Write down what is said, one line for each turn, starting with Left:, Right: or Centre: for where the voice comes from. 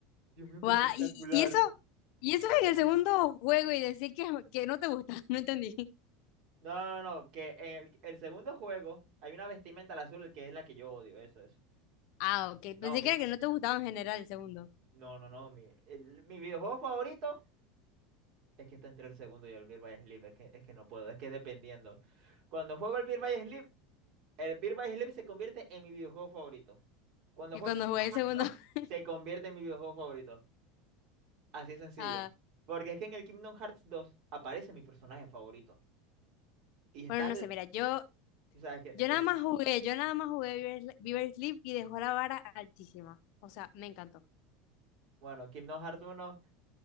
Right: Dios mío, qué
Left: Guau,
Right: espectacular.
Left: Y, y eso, y eso en el segundo juego y decir que, que no te gusta, <laughs> no entendí.
Right: No, no, no, no, que en el, el segundo juego hay una vestimenta al azul que es la que yo odio, eso, eso.
Left: Ah, ok.
Right: No,
Left: Pensé
Right: mi,
Left: que era que no te gustaba en general el segundo.
Right: no, no, no, mi, el- mi videojuego favorito es que está entre el segundo y el Beat by Sleep, es que, es que no puedo, es que dependiendo. Cuando juego el Beat by Sleep, El Birth by Sleep se convierte en mi videojuego favorito. Cuando
Left: Y
Right: juego
Left: cuando
Right: el Kingdom
Left: jugué el
Right: Hearts
Left: segundo,
Right: 2,
Left: <laughs>
Right: se convierte en mi videojuego favorito. Así de sencillo.
Left: ah,
Right: Porque es que en el Kingdom Hearts 2 aparece mi personaje favorito. Y está
Left: bueno, no
Right: el...
Left: sé, mira, yo
Right: O sea, es que,
Left: Yo
Right: es que...
Left: nada más jugué, yo nada más jugué Viver, Viver Sleep y dejó la vara altísima. O sea, me encantó.
Right: Bueno, Kingdom Hearts uno